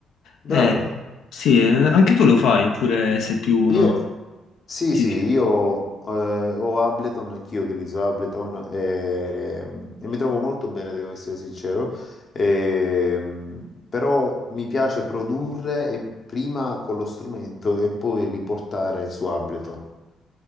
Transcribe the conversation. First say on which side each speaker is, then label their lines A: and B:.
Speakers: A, on the left; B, on the left.
A: bravo.
B: Eh, sì, eh, anche tu lo fai, oppure sei più uno...
A: Io, sì,
B: Sì,
A: sì,
B: sì.
A: io eh, ho Ableton, anch'io utilizzo Ableton e, e mi trovo molto bene, devo essere sincero. Ehm, però mi piace produrre e prima con lo strumento e poi riportare su Ableton.